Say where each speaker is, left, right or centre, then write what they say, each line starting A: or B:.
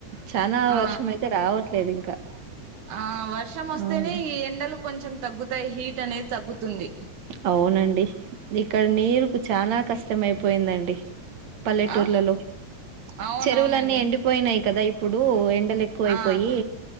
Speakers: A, on the right; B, on the right.
A: చానా
B: ఆ
A: వర్షం అయితే రావట్లేదు ఇంకా
B: ఆ వర్షం వస్తేనే
A: ఉమ్
B: ఈ ఎండలు కొంచెం తగ్గుతాయి హీట్ అనేది తగ్గుతుంది
A: అవునండి ఇక్కడ నీరుకు చాలా కష్టమైపోయిందండి పల్లెటూర్లలో
B: ఆ అవునవునండి
A: చెరువులన్నీ ఎండిపోయినాయి కదా ఇప్పుడు ఎన్ ఎండలు ఎక్కువయిపోయి
B: ఆ